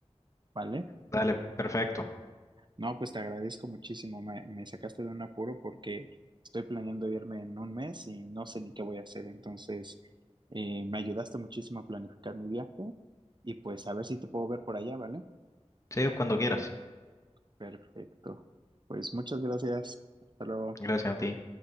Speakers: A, on the right; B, on the left.
A: ¿vale?
B: dale, perfecto.
A: No, pues te agradezco muchísimo. Me, me sacaste de un apuro porque estoy planeando irme en un mes y no sé ni qué voy a hacer. Entonces, eh, me ayudaste muchísimo a planificar mi viaje y pues a ver si te puedo ver por allá, ¿vale?
B: Sí, cuando quieras.
A: Perfecto. Pues muchas gracias. Hasta luego.
B: Gracias a ti.